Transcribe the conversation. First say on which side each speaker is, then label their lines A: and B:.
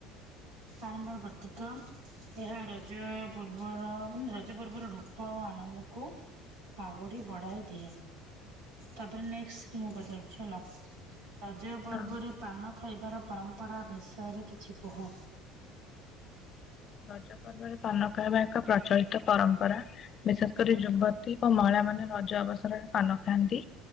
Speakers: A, on the right; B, on the left.
A: ଆରମ୍ଭର ପ୍ରତୀକା ଏହା ର ରଜ ପୂର୍ବର ମାନେ ରଜ ପର୍ବର ରୂପ ଆଉ ଆନନ୍ଦକୁ ଆହୁରି ବଢାଇ ଦିଏ ତାପରେ ନେକ୍ସଟ୍ ମୁଁ ପଚାରୁଚି ହେଲା। ରଜ ପର୍ବରେ
B: ହଁ
A: ପାନ ଖାଇବାର ପରମ୍ପରା ବିଷୟରେ କିଛି କୁହ?
B: ରଜ ପର୍ବରେ ପାନ ଖାଇବା ଏକ ପ୍ରଚଳିତ ପରମ୍ପରା ବିଶେଷ କରି ଯୁବ ଅଧିକ ମହିଳା ମାନେ ରଜ ଅବସରରେ ପାନ ଖାଆନ୍ତି